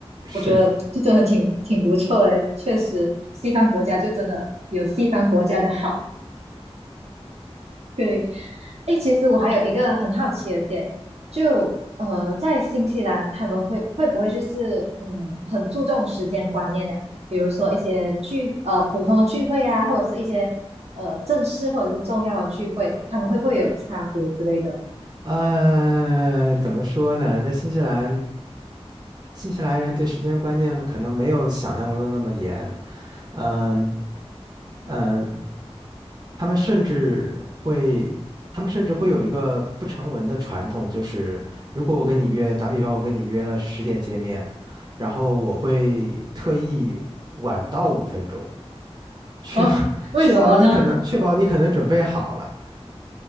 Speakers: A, on the right; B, on the right.
A: 是，
B: 我觉得就真的挺挺不错的，确实西方国家就真的有西方国家的好。对，哎，其实我还有一个很好奇的点，就呃，在新西兰他们会会不会就是嗯，很注重时间观念呀？比如说一些聚呃普通的聚会啊，或者是一些呃正式或者是重要的聚会，他们会不会有差别之类的？
A: 呃，怎么说呢，在新西兰，新西兰人对时间观念可能没有想象中的那么严，嗯嗯，他们甚至会，他们甚至会有一个不成文的传统，就是如果我跟你约，打比方，我跟你约了十点见面，然后我会特意晚到五分钟。确保
B: 啊，
A: <laughs>
B: 为什么呢？
A: 确保你可能确保你可能准备好了。